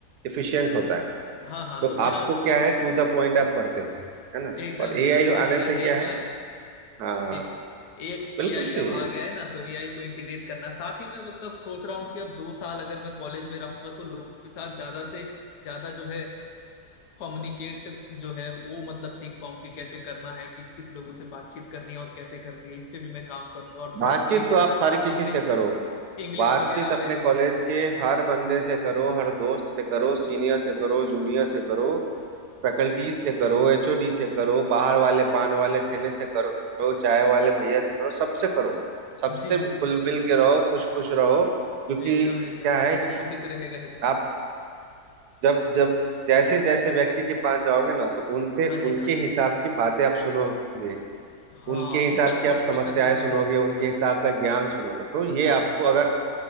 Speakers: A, on the right; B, on the left.
A: इफिशियंट होता है
B: हाँ हाँ
A: तो
B: तो मेरा
A: आपको
B: हाँ,
A: क्या है टू द पॉइंट आप पढ़ते थे है ना
B: एकदम
A: और
B: एकदम
A: एआई
B: तो
A: आने
B: मेरा
A: से
B: यही
A: क्या
B: प्लान
A: है
B: है
A: हाँ
B: ए ए
A: बिल्कुल
B: आई
A: सही
B: अब आ
A: है
B: गया है ना तो ए आई को इंटीग्रेट करना साथ ही मैं मतलब सोच रहा हूँ कि अब दो साल अगर मैं कॉलेज में रहूंगा तो लोगों के साथ ज्यादा से ज्यादा जो है कम्युनिकेट जो है वो मतलब सीख पाऊँ कि कैसे करना है किस किस लोगों से बातचीत करनी है और कैसे करनी है इस पे भी मैं काम करूंगा और
A: बातचीत
B: थोड़ा इंग्लिश
A: तो आप
B: पे
A: हर किसी
B: अपने
A: से करो
B: इंग्लिश
A: बातचीत
B: वगैरह
A: अपने
B: पे
A: कॉलेज के हर बंदे से करो हर दोस्त से करो सीनियर से करो जूनियर से करो फैकल्टीज से करो एचओडी से करो बाहर वाले पान वाले ठेले से करो चाय वाले भैया से करो सबसे करो सबसे
B: जी
A: खुल
B: भाई
A: मिल के रहो खुश खुश रहो क्योंकि
B: एकदम एकदम
A: क्या है
B: ये
A: कि
B: तो कोशिश रहेगा ही
A: आप जब जब जैसे जैसे व्यक्ति के पास जाओगे ना तो उनसे
B: हाँ जी
A: उनके
B: हाँ
A: हिसाब की बातें आप सुनोगे
B: हाँ
A: उनके हिसाब
B: उनका
A: की
B: थॉट
A: आप समस्याएं
B: प्रोसेस भी समझे
A: सुनोगे उनके हिसाब का ज्ञान सुनोगे तो ये आपको अगर